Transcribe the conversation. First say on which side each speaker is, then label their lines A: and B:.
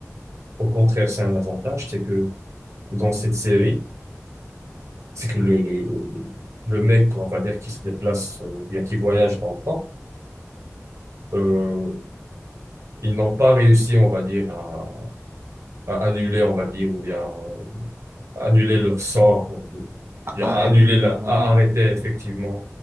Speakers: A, on the right; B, on the right.
A: au contraire, c'est un avantage, c'est que dans cette série, c'est que le, le, le, le- mec, on va dire, qui se déplace euh, ou bien qui voyage dans le temps, euh, ils n'ont pas réussi, on va dire, à, à annuler, on va dire, ou bien euh, annuler leur sort, euh, de-
B: A-
A: bien, à
B: Arrêtez
A: annuler,
B: la,
A: la-
B: la
A: à
B: guerre.
A: arrêter effectivement